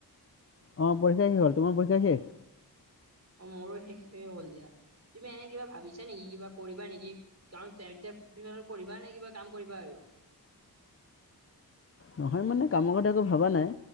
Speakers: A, on the left; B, on the right.
A: অ পৰীক্ষা কি হ'ল। তোমাৰ পৰীক্ষা শেষ?
B: অ মোৰো শেষে হ'ল দিয়া। তুমি এনে কিবা ভাবিছা নেকি কিবা কৰিবা নেকি <unintelligible> পঢ়িবা নে কিবা কাম কৰিবা আৰু?
A: নহয় মানে কামৰ কথা এক ভবা নাই।